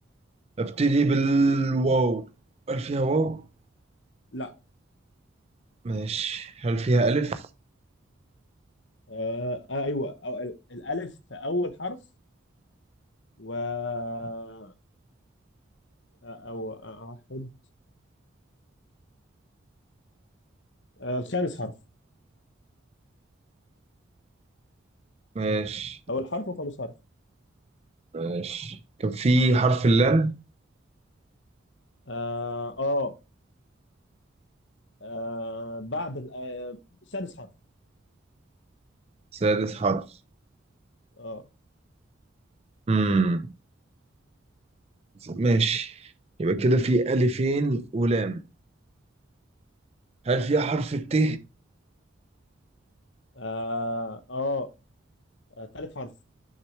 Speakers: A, on the right (about 30°); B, on the left (about 60°).
A: أبتدي بالواو هل فيها واو؟
B: لا
A: ماشي هل فيها ألف؟
B: آه آه، أيوه أو ال- الألف في أول حرف و آه، أو آه، واحد آه الخامس حرف
A: ماشي
B: أول حرف وخامس حرف
A: ماشي كان في حرف اللام
B: آه آه, آه بعد ال- آه، سادس حرف
A: سادس حرف
B: آه
A: مم. ماشي يبقى كده في ألفين ولام هل فيها حرف الت
B: مم. آه آه آه، تالت حرف